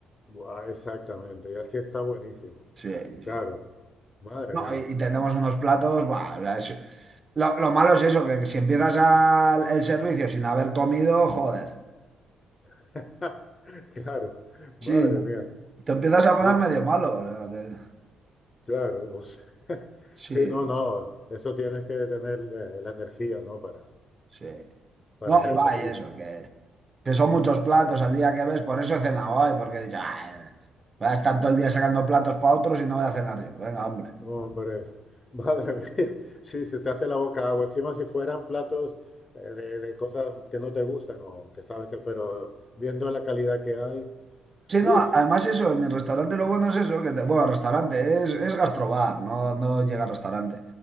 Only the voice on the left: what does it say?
guau, exactamente, y así está buenísimo,
claro, madre
mía,
<laughs> claro, madre
mía,
sí,
claro, o sea, <laughs>
sí, no, no, eso tienes que tener eh, la energía, ¿no? Para,
para
hacer
el servicio.
Hombre, <laughs> madre mía, sí, se te hace la boca agua. Encima si fueran platos eh, de, de cosas que no te gustan o que sabes que, pero viendo la calidad que hay,
uff,